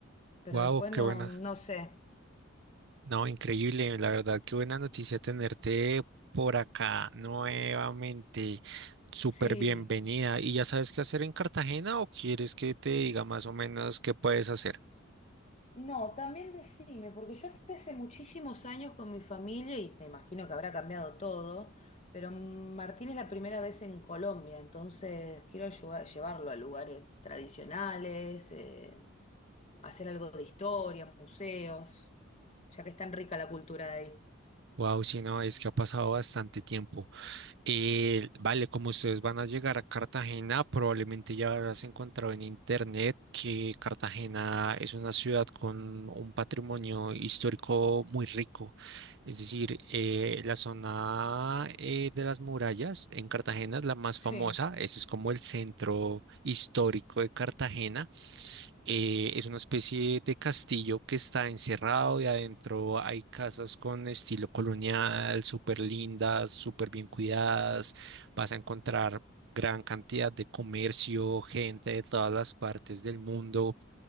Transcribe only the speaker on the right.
Wow,
qué
buena.
No, increíble, la verdad, qué buena noticia tenerte por acá nuevamente. Súper
bienvenida. ¿Y ya sabes qué hacer en Cartagena o quieres que te diga más o menos qué puedes hacer?
Wow, si no, es que ha pasado bastante tiempo. Eh, vale, como ustedes van a llegar a Cartagena, probablemente ya habrás encontrado en internet que Cartagena es una ciudad con un patrimonio histórico muy rico. Es decir, eh, la zona eh, de las murallas en Cartagena es la más
famosa. Ese es como el centro histórico de Cartagena. Eh, es una especie de castillo que está encerrado y adentro hay casas con estilo colonial, súper lindas, súper bien cuidadas. Vas a encontrar gran cantidad de comercio, gente de todas las partes del mundo.